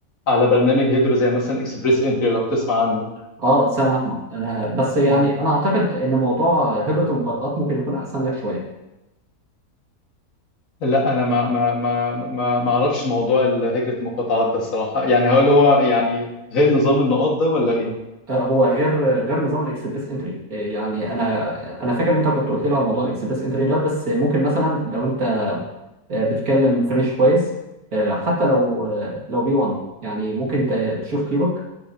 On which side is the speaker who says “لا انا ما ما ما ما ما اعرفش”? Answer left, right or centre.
Left